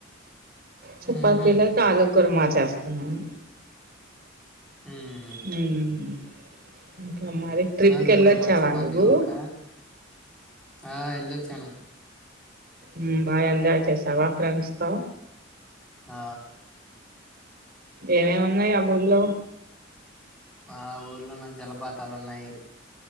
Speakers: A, in the centre; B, on the right (about 50°).
A: ఉహు
B: చేపతిలోకి ఆలు కుర్మా చేస్తాన్నాను
A: ఉమ్
B: మ్మ్ మరి ట్రిప్
A: ఆలుకూర
B: కేలోచ్చావా
A: మా చపాతీలోక
B: నువ్వు
A: ఆ ఎళ్ళోచ్చాను
B: మ్మ్ బాగా ఎంజాయ్ చేసావా ఫ్రెండ్స్తో
A: ఆ
B: ఏమేమున్నాయి ఆ ఊర్లో
A: మా ఊర్లోన జలపాతాలున్నాయి